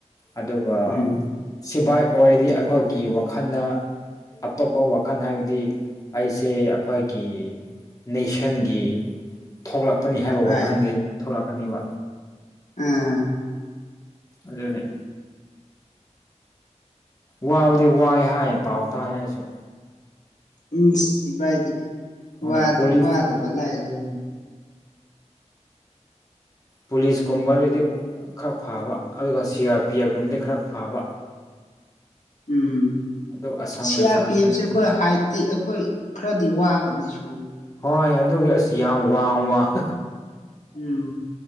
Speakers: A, on the left (about 30°); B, on the left (about 80°).
A: ꯑꯗꯨꯒ
B: ꯎꯝ
A: ꯁꯤꯕꯥꯏ ꯑꯣꯏꯔꯗꯤ ꯑꯩꯈꯣꯏꯒꯤ ꯋꯥꯈꯜꯗ ꯑꯇꯣꯞꯄ ꯋꯥꯈꯜ ꯍꯥꯏꯕꯗꯤ ꯑꯩꯁꯦ ꯑꯩꯈꯣꯏꯒꯤ ꯅꯦꯁꯟꯒꯤ ꯊꯣꯛꯂꯛꯄꯅꯤ ꯍꯥꯏꯕ
B: ꯍꯣꯏ
A: ꯋꯥꯈꯜꯗꯤ ꯊꯣꯛꯂꯛꯀꯅꯤꯕ
B: ꯎꯝ
A: ꯑꯗꯨꯅꯦ ꯋꯥꯕꯗꯤ ꯋꯥꯏ ꯍꯥꯏꯌꯦ ꯄꯥꯎ ꯇꯥꯏ ꯑꯩꯁꯨ
B: ꯎꯝ <unintelligible>
A: ꯍꯣꯏ ꯄꯨꯂꯤꯁ
B: ꯋꯥꯗꯕ ꯂꯥꯢꯔꯤ
A: ꯑꯗꯨꯅꯤ ꯄꯨꯂꯤꯁꯀꯨꯝꯕꯗꯨꯗꯤ ꯈꯔ ꯐꯥꯕ ꯑꯗꯨꯒ ꯁꯤ ꯑꯥꯔ ꯄꯤ ꯑꯦꯐꯒꯨꯝꯕꯗꯤ ꯈꯔ ꯐꯥꯕ
B: ꯎꯝ
A: ꯑꯗꯨ ꯑꯁꯥꯝ
B: ꯁꯤ
A: ꯔꯥꯏꯐꯜꯒꯨꯝꯕꯗꯤ
B: ꯑꯥꯔ ꯄꯤ ꯑꯦꯐꯁꯦ ꯑꯩꯈꯣꯏ ꯍꯥꯏꯠ ꯇꯤ ꯑꯩꯈꯣꯏ ꯈꯔꯗꯤ ꯋꯥꯒꯅꯤ ꯁꯨꯕ
A: ꯍꯣꯏ ꯑꯗꯨꯒꯤ ꯑꯁ ꯌꯥꯝ ꯋꯥꯡ ꯋꯥꯡ
B: ꯎꯝ